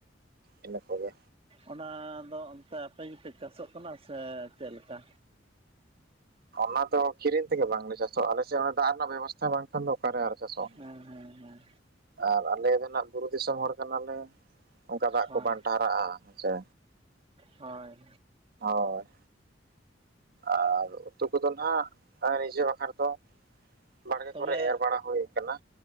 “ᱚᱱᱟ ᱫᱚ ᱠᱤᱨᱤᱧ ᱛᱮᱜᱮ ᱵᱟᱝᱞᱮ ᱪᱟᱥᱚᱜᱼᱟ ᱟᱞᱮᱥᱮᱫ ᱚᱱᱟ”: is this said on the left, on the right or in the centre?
Right